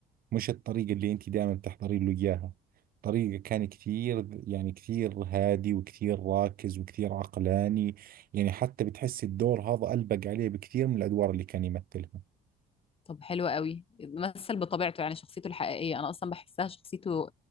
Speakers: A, on the right (about 60°); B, on the left (about 35°).
A: مش الطريقة اللي انت دائما بتحضري له اياها طريقة كان كثير يعني كثير هادي وكثير راكز وكثير عقلاني يعني حتى بتحس الدور هذا ألبق عليه بكثير من الأدوار اللي كان يمثلها
B: طب حلو قوي مثل بطبيعته يعني شخصيته الحقيقية أنا أصلا بحسها شخصيته